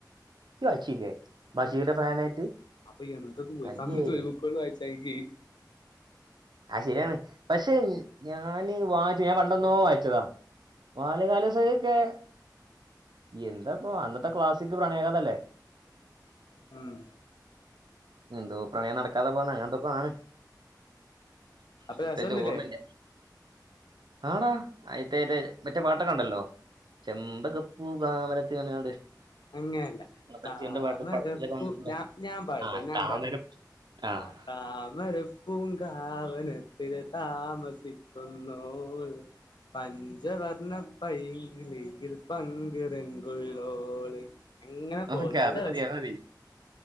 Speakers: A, on the right; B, on the left.
A: ബായിച്ചില്ലേ ബഷീറിന്റെ ഫാനായിട്ട്
B: അപ്പൊ എന്ത്‌ <unintelligible>
A: അയ്യേ
B: ബുക്കുകൾ വായിച്ച <unintelligible>
A: ആ ശരിയാണ് പക്ഷെ ഞാന് വായിച്ചു ഞാൻ പണ്ടെന്നോ വായിച്ചതാ ബാല്യകാലസഖിയൊക്കെ എന്താപ്പ അന്നത്തെ ക്ലാസ്സിക് പ്രണയകഥ അല്ലേ
B: മ്
A: എന്തോ പ്രണയം നടകാതെ പോന്നാ അങ്ങനത്തെ എന്തോ ആണ്
B: അപ്പൊ
A: കൃത്യയിട്ട്
B: രസംണ്ടില്ലേ
A: ഓർമ്മ ഇല്ല ആടാ അയിന്റെ മറ്റേ പാട്ടൊക്കെ ഉണ്ടല്ലോ ചെമ്പകപ്പൂകവനത്തിൽ അങ്ങനെ എങ്ങാണ്ട്
B: അങ്ങനല്ല
A: ബഷീറിന്റെ
B: താമരപ്പൂ
A: പാട്ട് പടത്തിലൊക്കെ വന്നിട്ടുള്ള
B: ഞാൻ ഞാൻ പാടട്ടെ
A: ആഹ്
B: ഞാൻ
A: താമരപ്പൂ
B: പാട ആ
A: ആഹ്
B: താമരപ്പൂങ്കാവനത്തില് താമസിക്കുന്നോള് പഞ്ചവർണ പൈങ്കിളിയിൽ പങ്കുറങ്കുള്ളോള് അങ്ങനെ പോമ്
A: ഓക്കെ
B: നല്ല
A: അത് മതി
B: രസ
A: അത് മതി.